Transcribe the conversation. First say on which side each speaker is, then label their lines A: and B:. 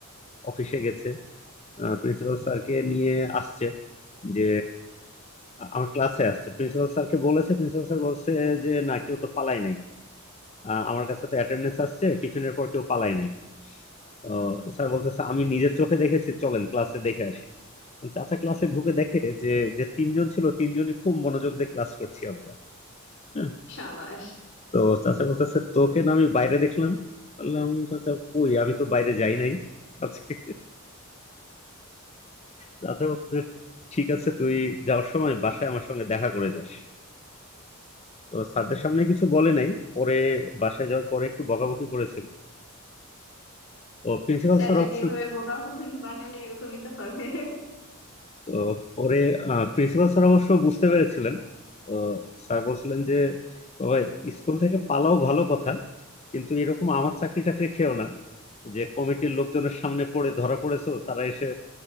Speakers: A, on the left; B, on the left.
A: অফিসে গেছে প্রিন্সিপাল স্যারকে নিয়ে আসছে যে আ- আমার ক্লাসে আসছে প্রিন্সিপাল স্যারকে বলেছে প্রিন্সিপাল স্যার বলছে যে না কেউ তো পালাই নাই আহ, আমার কাছে তো অ্যাটেন্ডেন্স আসছে টিফিনের পর কেউ পালাই নাই তো স্যার বলতেছে আমি নিজের চোখে দেখেছি চলেন ক্লাসে দেখে আসি তো চাচা ক্লাসে ঢুকে দেখে যে যে তিনজন ছিল তিনজনই খুব মনোযোগ দিয়ে ক্লাস করছি আমরা হ্যাঁ,
B: সাবাস!
A: তো চাচা বলতেছে তোকে না আমি বাইরে দেখলাম বললাম চাচা কই আমি তো বাইরে যাই নাই আজকে চাচা বলতেছে ঠিক আছে তুই যাওয়ার সময় বাসায় আমার সঙ্গে দেখা করে যাস তো স্যারদের সামনে কিছু বলে নাই পরে বাসায় যাওয়ার পরে একটু বকাবকি করেছিল তো প্রিন্সিপাল
B: চাচাকে
A: স্যার অবশ্য
B: এভাবে বোকা বানালে এরকমই তো হবে।
A: তো পরে প্রিন্সিপাল স্যার অবশ্য বুঝতে পেরেছিলেন তো স্যার বলছিলেন যে বাবা স্কুল থেকে পালাও ভালো কথা কিন্তু এরকম আমার চাকরি টাকরি খেও না যে কমিটির লোকজনের সামনে পড়ে ধরা পড়েছো তারা এসে